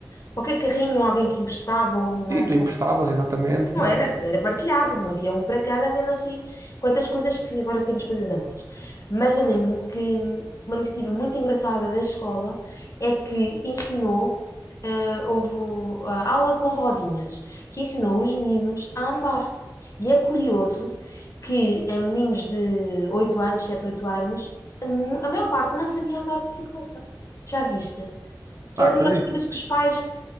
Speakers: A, on the left; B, on the right.
A: qualquer carrinho, alguém que emprestava uma.
B: E tu emprestavas, exatamente,
A: Não
B: né?
A: era,
B: Tipo,
A: era partilhado, não havia um para cada, nem não sei quantas coisas que agora temos coisas a mais. Mas eu lembro-me que uma iniciativa muito engraçada da escola é que ensinou, eh, houve a aula com rodinhas, que ensinou os meninos a andar. E é curioso que eh, meninos de 8 anos, 7 8 anos, a mu- a maior parte não sabia andar de bicicleta. Já viste? Que
B: Pá,
A: é
B: acredito.
A: daquelas coisas que os pais